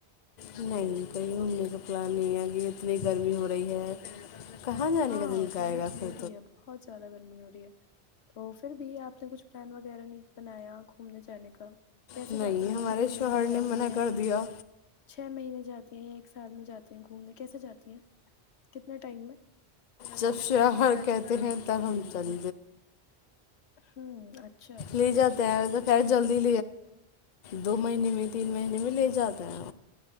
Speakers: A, on the left; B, on the left.
A: نہیں کہیں گھومنے کا پلان نہیں ہے کہ اتنی گرمی ہو رہی ہے کہاں جانے
B: ہاں
A: کا دل کہے
B: گرمی
A: گا
B: تو
A: پھر
B: ہو رہی ہے بہت زیادہ گرمی ہو رہی ہے تو پھر بھی آپ نے کچھ پلان وغیرہ نہیں بنایا گھومنے جانے کا کیسے
A: نہیں
B: جاتی ہیں
A: ہمارے
B: آپ ہر مہینے
A: شوہر نے
B: جاتی
A: منع
B: ہیں
A: کر دیا
B: چھ مہینے جاتی ایک سال میں جاتی ہیں گھومنے کیسے جاتی ہیں کتنے ٹائم میں
A: جب شواہر کہتے ہیں تب ہم چلیں
B: ہوں اچھا اچھا
A: لی جاتے ہیں جلدی ج مہی ت مہی لے جات <unintelligible>